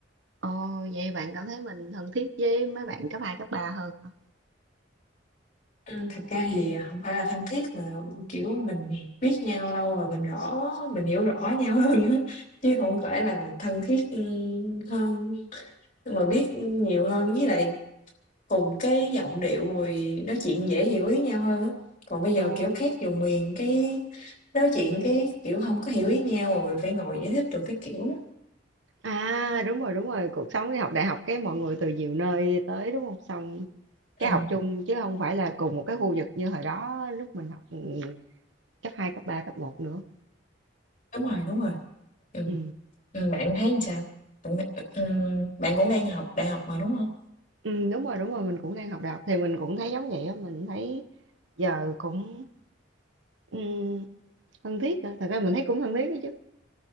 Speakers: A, on the right (about 75°); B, on the left (about 40°).
A: Ồ, vậy bạn cảm thấy mình thân thiết với mấy bạn cấp 2 cấp 3 hơn hả?
B: Ừm, thật ra thì hổng phải là thân thiết mà, kiểu, mình biết nhau lâu rồi mình rõ mình hiểu rõ nhau <laughs> hơn á, chứ hổng phải là thân thiết, ưm, hơn, nhưng mà biết nhiều hơn với lại cùng cái giọng điệu rồi nói chuyện dễ hiểu ý nhau hơn á. Còn bây giờ,
A: Ồ,
B: kiểu, khác vùng miền cái nói chuyện cái, kiểu, hông có hiểu ý nhau rồi phải ngồi giải thích đồ các kiểu.
A: à đúng rồi đúng rồi cuộc sống đi học đại học cái mọi người từ nhiều nơi tới đúng không xong cái
B: Ừm,
A: học chung chứ không phải là cùng một cái khu vực như hồi đó lúc mình học ừ, cấp 2 cấp 3 cấp một nữa
B: đúng rồi, đúng rồi, ừ.
A: ừ.
B: Ừm, bạn thấy làm sao? Bạn th ừm, bạn cũng đang học đại học mà, đúng hông?
A: ừ đúng rồi đúng rồi mình cũng đang học đại học thì mình cũng thấy giống vậy á mình thấy giờ cũng ừ, thân thiết á. thật ra mình thấy cũng thân thiết đó chứ